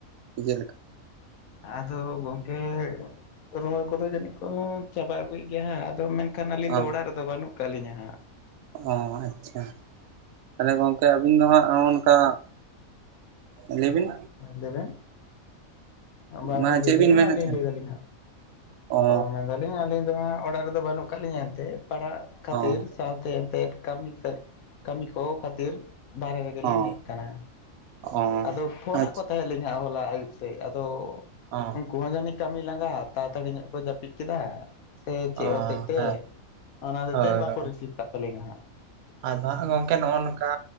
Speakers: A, on the right (about 80°); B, on the left (about 80°).
A: ᱥᱮ ᱪᱮᱫᱮᱠᱟ?
B: ᱟᱫᱚ ᱜᱚᱝᱠᱮ ᱨᱚᱦᱚᱭ ᱠᱚᱫᱚ ᱡᱟᱹᱱᱤᱡ ᱠᱚ ᱪᱟᱵᱟ ᱟᱹᱜᱩᱭᱮᱫ ᱜᱮᱭᱟ ᱦᱟᱸᱜ, ᱟᱫᱚ ᱢᱮᱱ ᱠᱷᱟᱱ ᱟᱹᱞᱤᱧ
A: ᱚ
B: ᱫᱚ ᱚᱲᱟᱜ ᱨᱮᱫᱚ ᱵᱟᱹᱱᱩᱜ ᱠᱟᱫ ᱞᱤᱧᱟᱹ ᱦᱟᱸᱜ᱾
A: ᱚ ᱟᱪᱪᱷᱟ, ᱛᱟᱦᱞᱮ ᱜᱚᱢᱠᱮ ᱟᱹᱵᱤᱱ ᱫᱚ ᱦᱟᱸᱜ ᱱᱚᱜ ᱱᱚᱝᱠᱟ ᱞᱟᱹᱭᱵᱤᱱ᱾
B: ᱞᱮᱭᱵᱮᱱ᱾ ᱵᱟ
A: ᱢᱟ
B: ᱟᱵᱤᱱ ᱞᱟᱹᱭ
A: ᱪᱮᱫ
B: ᱞᱮᱵᱮᱱ
A: ᱵᱤᱱ ᱢᱮᱱᱮᱫ
B: ᱞᱟᱹᱭ
A: ᱛᱟᱦᱮᱸᱫ
B: ᱫᱟᱞᱤᱧ ᱦᱟᱸ,
A: ᱚ
B: ᱳ ᱢᱮᱱ ᱫᱟ ᱟᱹᱞᱤᱧ ᱫᱚ ᱦᱟᱸᱜ ᱚᱲᱟᱜ ᱨᱮᱫᱚ ᱵᱟᱹᱱᱩᱜ ᱠᱟᱜ ᱞᱤᱧᱟ ᱮᱱᱛᱮᱫ ᱯᱟᱲᱦᱟᱜ ᱠᱷᱟᱹᱛᱤᱨ
A: ᱚ
B: ᱥᱟᱶᱛᱮ ᱮᱱᱛᱮᱫ ᱠᱟᱹᱢᱤ ᱠᱟᱜ ᱠᱟᱹᱢᱤ ᱠᱚ ᱠᱷᱟᱹᱛᱤᱨ ᱵᱟᱨᱮ ᱨᱮᱜᱮᱞᱤᱧ
A: ᱚ
B: ᱦᱮᱡ ᱠᱟᱱᱟ,
A: ᱚ
B: ᱟᱫᱚ ᱯᱷᱳᱱᱟᱜ
A: ᱟᱪᱪᱷᱟ
B: ᱠᱚ ᱛᱟᱦᱮᱸᱫ ᱦᱮᱸ ᱟᱞᱤᱧᱟᱸᱜ ᱦᱚᱞᱟ ᱟᱹᱭᱩᱵ ᱥᱮᱫ ᱟᱫᱚ
A: ᱚ᱾
B: ᱩᱱᱠᱩᱦᱚ ᱡᱟᱹᱱᱤ ᱠᱟᱹᱢᱤ ᱞᱟᱸᱜᱟ ᱛᱟᱲᱟ ᱛᱟᱹᱲᱤ ᱧᱚᱜ ᱠᱚ ᱡᱟᱹᱯᱤᱫ ᱠᱮᱫᱟ, ᱥᱮ
A: ᱚ
B: ᱪᱮᱫ ᱦᱚᱛᱮᱡ ᱛᱮ
A: ᱦᱮᱸ
B: ᱚᱱᱟ ᱦᱛᱮᱡ
A: ᱦᱳᱭ
B: ᱛᱮ ᱵᱟᱠᱚ
A: ᱦᱳᱭ
B: ᱨᱤᱥᱤᱵᱷ ᱠᱟᱜ ᱛᱟᱞᱮᱧᱭᱟ ᱦᱟᱸᱜ᱾
A: ᱟᱫᱚ ᱦᱟᱸᱜ ᱜᱚᱝᱠᱮ ᱱᱚᱜᱼᱚ ᱱᱚᱝᱠᱟ